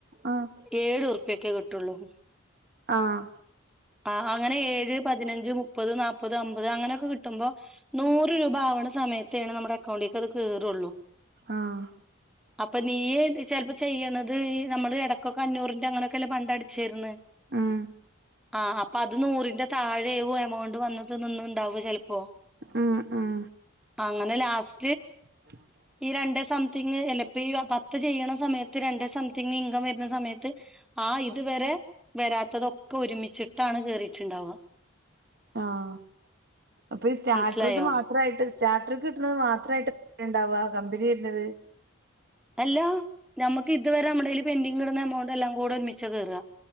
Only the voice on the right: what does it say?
ആഹ്
ആഹ്
ആഹ്
ഉം
ഉം ഉം
<unintelligible>
ആഹ അപ്പൊ ഈ സ്റ്റാർട്ടറത്
മാത്രമായിട്ട് സ്റ്റാർട്ടർക്ക് കിട്ടുന്നത് മാത്രമായിട്ട് എത്ര ഉണ്ടാവ കമ്പനി തരുന്നത്